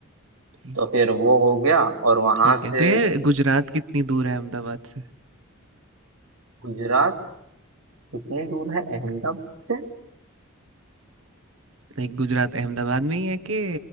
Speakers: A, on the right (about 70°); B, on the right (about 85°).
A: ठीक
B: तो फिर वो हो गया और वहाँ
A: ठीक है
B: से
A: तो ये गुजरात कितनी दूर है अहमदाबाद से
B: गुजरात कितनी दूर है अहमदाबाद से
A: लाइक गुजरात अहमदाबाद में ही है कि